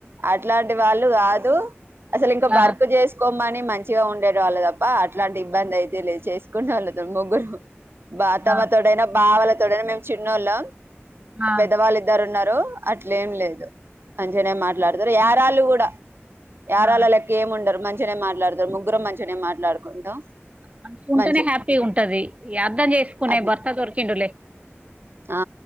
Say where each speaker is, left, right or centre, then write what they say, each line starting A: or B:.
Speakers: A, on the right (about 55°); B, on the right (about 30°).
A: అట్లాంటి వాళ్ళు కాదు అసలు ఇంక
B: ఆ!
A: వర్క్ చేస్ కోమని మంచిగా ఉండే వాళ్ళ తప్ప అట్లాంటి ఇబ్బంది అయితే లేదు చేసుకుంటే వాళ్ళ ముగ్గురు బ తమ్మ
B: ఆ!
A: తోడైనా బావాలతోడైనా మేము చిన్నోళ్ళం
B: ఆ!
A: పెద్దవాళ్ళు ఇద్దరు ఉన్నారు అట్లేం లేదు మంచేనే మాట్లాడతారు యారాళ్ళు కూడా యారాళ్ళు
B: ఆ!
A: లెక్క ఏమిముండరు మంచిగానే మాట్లాడతారు ముగ్గురు మంచిగానే మాట్లాడుకుంటాం
B: మంచిగుంటేనే
A: మంచి
B: హ్యాపీ ఉంటది అర్ధం చేసుకునే
A: అట్నే
B: భర్త దొరికిండు లే
A: ఆ